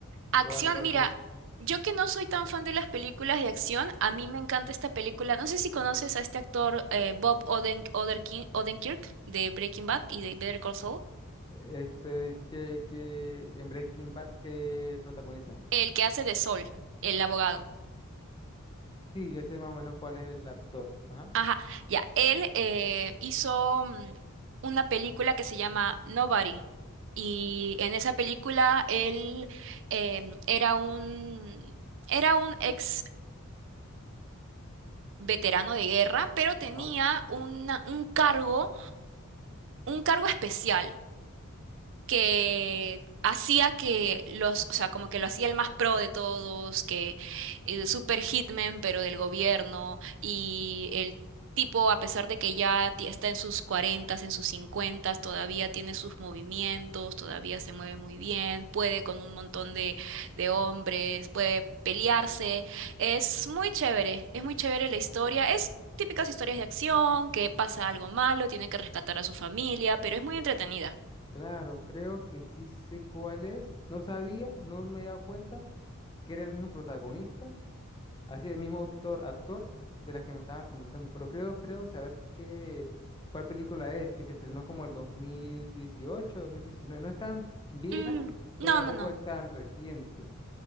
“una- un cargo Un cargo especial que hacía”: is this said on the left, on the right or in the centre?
Right